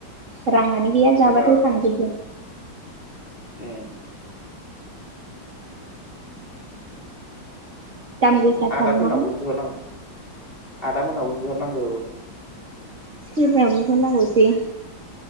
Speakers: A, on the right; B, on the left.
A: राङानो गैया जाबाथाय
B: बिराद
A: थांजोबगोन।
B: उम।
A: दाम गोसाथारना
B: आदाफोरनावबो बिहर नांगौ। आदामोनाव बो बिहर नांगौ।
A: सोरनाव बिहार नांगौसै?